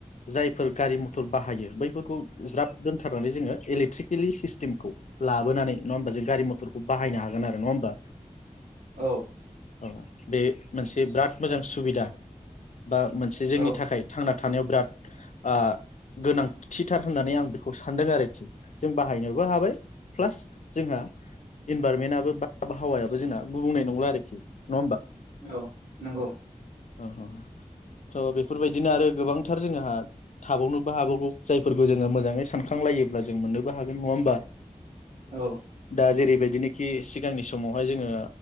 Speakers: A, on the left (about 60°); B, on the right (about 75°).
A: जायफोर गारि मथर बाहायो बै फोरखौ ज्राब दोनथार नानै जोङो इलेकट्रिकेलि सिस्टिमखौ लाबोनानै नङा ओमबा जों गारि मथरखौ बाहायनो हागोन आरो। नङा ओमबा?
B: औ
A: औ बे मोनसे बिराद मोजां सुबिदा। बा मोनसे जोंनि
B: औ
A: थाखाय थांना थानायाव बिराद ओ- गोनांथिथार होननानै आं बेखौ सानदों आरोखि जों बाहायनोबो हाबाय प्लास जोंहा इनभारमेनाबो बा आबहावायाबो जोंना गुबुंनाय नंला आरोखि। नङा
B: औ नंगौ
A: ओं ओं थ बेफोरबायदिनो आरो गोबांथार जोङो। हा थाबावनोबो हाबावगौ जायफोरखौ जोङो मोजाङै सानखांलायोब्ला जों मोननोबो हागोन। नङा ओमबा?
B: औ
A: दा जेरैबायदिनोखि सिगांनि समावहाय जोङो